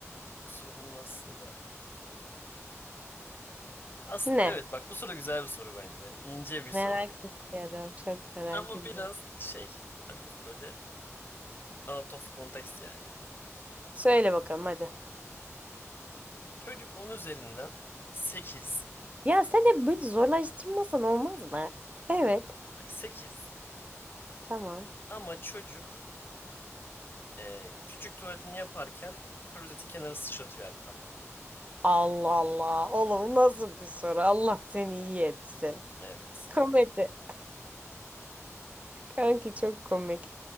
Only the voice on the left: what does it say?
Bu sorunun aslında... Aslında
evet bak bu soru güzel bir soru bence. İnce bir
soru.
Ama
biraz şey hafif böyle out of context yani.
Çocuk 10 üzerinden sekiz
bak bak sekiz
Ama çocuk e, küçük tuvaletini yaparken klozetin kenarı sıçratıyor abi kapağına.
Evet.